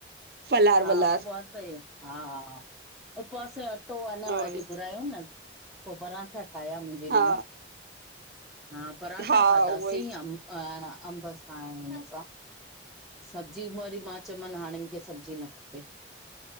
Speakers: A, on the right; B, in the centre.
A: फलार
B: हा
A: वलार
B: उपवास ई। हा उपवास जो अटो हेन
A: उहोई
B: अॼु घुरायो न। पो परांठा ठाहिया मुंहिंजे नुहं
A: हा
B: हा, परांठा
A: हा
B: खाधासीं
A: उहोई
B: या हा, अंब सा ऐं हुन सा। सब्जी बि वरी मां चयोमानि हाणे मूंखे सब्जी न खपे।